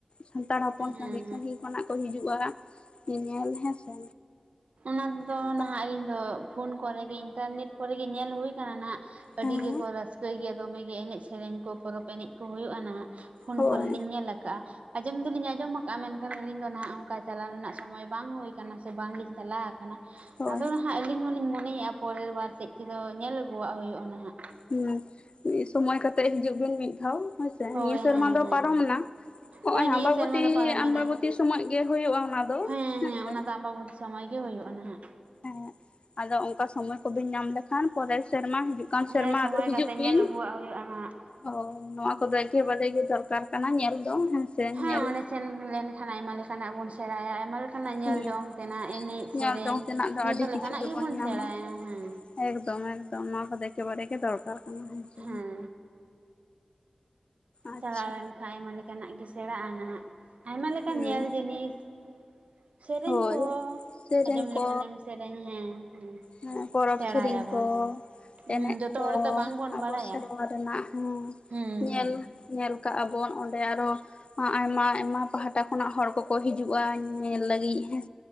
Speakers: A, on the left (about 55°); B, on the right (about 80°).
A: ᱥᱟᱱᱛᱟᱲ ᱦᱚᱯᱚᱱ
B: ᱦᱮᱸ
A: ᱥᱟᱹᱜᱤᱧ ᱥᱟᱹᱜᱤᱧ ᱠᱷᱚᱱᱟᱜ ᱠᱚ ᱦᱤᱡᱩᱜᱼᱟ ᱧᱮᱧᱮᱞ ᱦᱮᱸᱥᱮ
B: ᱚᱱᱟ ᱫᱚ
A: ᱚᱱᱠᱟ
B: ᱱᱟᱦᱟᱜ ᱤᱧ ᱫᱚ ᱯᱷᱳᱱ ᱠᱚᱨᱮ ᱜᱮ ᱤᱱᱴᱟᱨᱱᱮᱴ ᱠᱚᱨᱮ ᱜᱮ ᱧᱮᱞ ᱦᱳᱭ ᱠᱟᱱᱟ ᱱᱟᱦᱟᱜ
A: ᱦᱮᱸ
B: ᱟᱹᱰᱤ ᱜᱮᱠᱚ ᱨᱟᱹᱥᱠᱟᱹᱭ ᱜᱮᱭᱟ ᱫᱚᱢᱮ ᱜᱮ ᱮᱱᱮᱡ ᱥᱮᱨᱮᱧ ᱠᱚ ᱯᱚᱨᱚᱵ ᱮᱱᱮᱡ ᱠᱚ ᱦᱳᱭᱳᱜ-ᱟ ᱱᱟᱦᱟᱜ ᱯᱷᱳᱱ
A: ᱦᱳᱭ
B: ᱠᱚ ᱨᱮ ᱞᱤᱧ ᱧᱮᱞ ᱟᱠᱟᱜᱼᱟ ᱟᱸᱡᱚᱢ ᱫᱚ ᱞᱤᱧ ᱟᱸᱡᱚᱢ ᱟᱠᱟᱜ-ᱟ ᱢᱮᱱᱠᱷᱟᱱ ᱟᱹᱞᱤᱧ ᱫᱚ ᱱᱟᱦᱟᱜ ᱚᱱᱠᱟ ᱪᱟᱞᱟᱣ ᱨᱮᱱᱟᱜ ᱥᱚᱢᱚᱭ ᱵᱟᱝ ᱦᱩᱭ ᱠᱟᱱᱟ ᱥᱮ ᱵᱟᱝ ᱞᱤᱧ ᱪᱟᱞᱟᱣ ᱟᱠᱟᱱᱟ
A: ᱦᱳᱭ
B: ᱟᱫᱚ ᱱᱟᱦᱟᱜ ᱟᱹᱞᱤᱧ ᱦᱚᱞᱤᱧ ᱢᱚᱱᱮᱭᱟ ᱯᱚᱨᱮᱨ ᱵᱟᱨ ᱥᱮᱜ ᱛᱮᱫᱚ ᱧᱮᱞ ᱟᱹᱜᱩᱣᱟᱜ ᱦᱳᱭᱳᱜ ᱟ ᱱᱟᱦᱟᱜ
A: ᱦᱩᱸ ᱢᱤᱫ ᱥᱚᱢᱚᱭ ᱠᱟᱛᱮᱜ ᱦᱤᱡᱩᱜ ᱵᱤᱱ ᱢᱤᱫ ᱫᱷᱟᱣ ᱦᱳᱭᱥᱮ
B: ᱦᱳᱭ
A: ᱱᱤᱭᱟᱹ ᱥᱮᱨᱢᱟ
B: ᱦᱮᱸ
A: ᱫᱚ
B: ᱦᱮᱸ
A: ᱯᱟᱨᱚᱢ ᱮᱱᱟ ᱱᱚᱜ
B: ᱦᱳᱭ
A: ᱚᱭ
B: ᱱᱤᱭᱟᱹ
A: ᱟᱢᱵᱟᱵᱚᱛᱤ
B: ᱥᱮᱨᱢᱟ ᱫᱚ ᱯᱟᱨᱚᱢᱮᱱᱟ
A: ᱟᱢᱵᱟᱵᱚᱛᱤ ᱥᱚᱢᱚᱭ ᱜᱮ ᱦᱳᱭᱳᱜ-ᱟ ᱚᱱᱟ ᱫᱚ
B: ᱦᱮᱸ
A: ᱦᱮᱸᱥᱮ
B: ᱦᱮᱸ ᱚᱱᱟ ᱫᱚ ᱟᱢᱵᱟᱵᱚᱛᱤ ᱥᱚᱢᱚᱭ ᱜᱮ ᱦᱳᱭᱳᱜ-ᱟ ᱱᱟᱦᱟᱜ
A: ᱦᱮᱸ ᱟᱫᱚ ᱚᱱᱠᱟ ᱥᱚᱢᱚᱭ ᱠᱚ ᱵᱤᱱ ᱧᱟᱢ ᱞᱮᱠᱷᱟᱱ ᱯᱚᱨᱮᱨ ᱥᱮᱨᱢᱟ ᱦᱤᱡᱩᱜ ᱦᱤᱡᱩᱜ ᱠᱟᱱ ᱥᱮᱨᱢᱟ
B: ᱦᱮᱸ ᱥᱚᱢᱚᱭ
A: ᱟᱫᱚ ᱦᱤᱡᱩᱜ
B: ᱠᱟᱛᱮᱜ
A: ᱵᱤᱱ
B: ᱧᱮᱞ ᱟᱹᱜᱩᱣᱟᱜ ᱦᱩᱭᱩᱜᱼᱟ ᱱᱟᱦᱟᱜ
A: ᱳ ᱱᱚᱣᱟ ᱠᱚᱫᱚ ᱮᱠᱮᱵᱟᱨᱮ ᱜᱮ ᱫᱚᱨᱠᱟᱨ ᱠᱟᱱᱟ ᱧᱮᱞ ᱫᱚ ᱦᱮᱸᱥᱮ
B: ᱦᱮᱸ
A: ᱧᱮᱞ
B: ᱚᱸᱰᱮ ᱥᱮᱱ ᱞᱮᱱᱠᱷᱟᱱ ᱟᱭᱢᱟ ᱞᱮᱠᱟᱱᱟᱜ ᱵᱚᱱ ᱥᱮᱬᱟᱭᱟ ᱟᱭᱢᱟ ᱞᱮᱠᱟ ᱱᱟᱜ ᱧᱮᱞ
A: ᱦᱮᱸ
B: ᱡᱚᱝ ᱛᱮᱱᱟᱜ ᱮᱱᱮᱡ ᱥᱮᱨᱮᱧ
A: ᱧᱮᱞ ᱡᱚᱝ ᱛᱮᱱᱟᱜ ᱫᱚ
B: ᱡᱷᱚᱛᱚ
A: ᱟᱹᱰᱤ ᱠᱤᱪᱷᱩ
B: ᱞᱮᱠᱟᱱᱟᱜ ᱜᱮᱵᱚᱱ
A: ᱧᱟᱢᱟ
B: ᱥᱮᱬᱟᱭᱟ ᱦᱮᱸ
A: ᱮᱠᱫᱚᱢ ᱮᱠᱫᱚᱢ ᱱᱚᱣᱟ ᱠᱚ ᱮᱠᱮᱵᱟᱨᱮ ᱜᱮ ᱫᱚᱨᱠᱟᱨ ᱠᱟᱱᱟ ᱦᱮᱸᱥᱮ
B: ᱦᱮᱸ
A: ᱟᱪᱪᱷᱟ
B: ᱪᱟᱞᱟᱣ ᱞᱮᱱᱠᱷᱟᱡ ᱟᱭᱢᱟ ᱞᱮᱠᱟᱱᱟᱜ ᱜᱮ ᱥᱮᱬᱟᱜ-ᱟ ᱱᱟᱦᱟᱜ ᱟᱭᱢᱟ ᱞᱮᱠᱟᱱ
A: ᱦᱩᱸ
B: ᱧᱮᱞ ᱡᱤᱱᱤᱥ ᱥᱮᱨᱮᱧ
A: ᱦᱳᱭ
B: ᱠᱚᱦᱚᱸ
A: ᱥᱮᱨᱮᱧ
B: ᱟᱸᱡᱚᱢ
A: ᱠᱚ
B: ᱞᱮᱠᱷᱟᱱᱮᱢ ᱥᱮᱨᱮᱧ ᱦᱮᱸ
A: ᱦᱮᱸ ᱯᱚᱨᱚᱵ
B: ᱥᱮᱬᱟᱭᱟᱵᱚᱱ
A: ᱥᱮᱨᱮᱧ ᱠᱚ
B: ᱦᱩᱸ
A: ᱮᱱᱮᱡ
B: ᱡᱚᱛᱚ
A: ᱠᱚ
B: ᱦᱚᱲ ᱛᱚ ᱵᱟᱝᱵᱚᱱ
A: ᱟᱵᱚ
B: ᱵᱟᱲᱟᱭᱟ
A: ᱥᱮᱨᱣᱟ ᱨᱮᱱᱟᱜ ᱦᱚᱸ
B: ᱦᱩᱸ
A: ᱧᱮᱞ
B: ᱦᱩᱸ
A: ᱧᱮᱞ ᱠᱟᱜ ᱟᱵᱚᱱ ᱚᱸᱰᱮ ᱟᱨ ᱦᱚᱸ ᱟᱭᱢᱟ ᱟᱭᱢᱟ ᱯᱟᱦᱴᱟ ᱠᱷᱚᱱᱟᱜ ᱦᱚᱲ ᱠᱚᱠᱚ ᱦᱤᱡᱩᱜ ᱟ ᱧᱮᱞ ᱞᱟᱹᱜᱤᱫ ᱦᱮᱸ